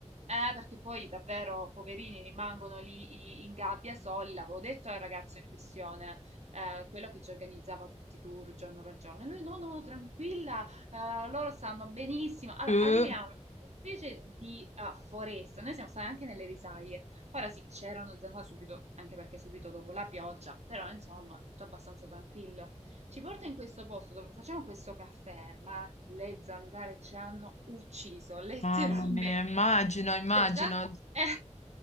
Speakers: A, on the right; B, on the left.
A: eh, perché poi davvero poverini rimangono lì i- in gabbia soli, l'avevo detto al ragazzo in questione, eh, quello che ci organizzava tutti i tour giorno per giorno, e lui no, no, tranquilla, eh, loro stanno benissimo. Allora,
B: Uh.
A: arriviamo in questa specie di eh, foresta, noi siamo stati anche nelle risaie. Ora sì, c'erano zanzare subito, anche perché subito dopo la pioggia, però insomma, tutto abbastanza tranquillo. Ci porta in questo posto dove facciamo questo caffè, ma le zanzare ci hanno ucciso, <laughs> letteralmente.
B: Mamma mia, immagino, immagino.
A: Cioè, già, eh,